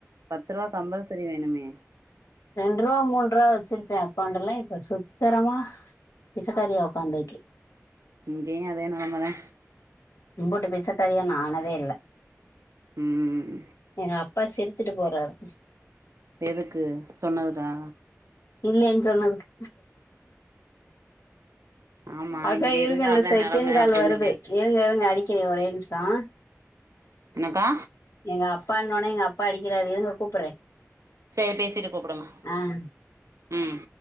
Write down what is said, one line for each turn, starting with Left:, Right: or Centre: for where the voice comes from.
Right: பத்ருவா கம்பல்சரி வேணுமே
Left: ரெண்ருவா மூண்ருவா வச்சிருப்பே அக்கௌண்ட்டல்லா இப்ப சுத்ரமா பிச்சக்காரியா உக்காந்துருக்கே
Right: இங்கியூ அதே நலமதா
Left: இன்புட்டு பிச்சகாரியா நா ஆனதே இல்ல
Right: ம்
Left: எங்க அப்பா சிரிச்சுட்டு போறாரு
Right: எதுக்கு சொன்னதுக்கா
Left: இல்லேன் சொன்னதுக்கு
Right: ஆமா
Left: அக்கா
Right: இங்க
Left: இருங்க
Right: இருந்தா
Left: இந்த
Right: அதா
Left: செகெண்ட்
Right: நெலம
Left: கால்
Right: அப்டின்னு
Left: வருது
Right: சொல்லிருக்காரு
Left: இருங்க இருங்க அடிக்கிரே ஒரே நிமிஷோ
Right: என்னக்கா
Left: எங்க அப்பானோனே எங்க அப்பா அடிக்கிறாரு இருங்க கூப்புறே
Right: சேரி பேசிட்டு கூப்புடுங்க
Left: ஆஹ்
Right: ம்